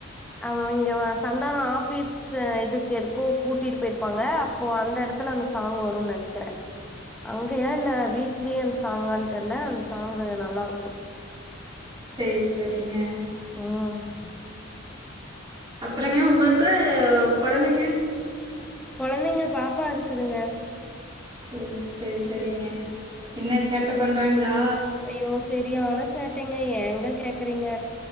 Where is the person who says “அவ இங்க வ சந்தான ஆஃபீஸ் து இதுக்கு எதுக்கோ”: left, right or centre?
Centre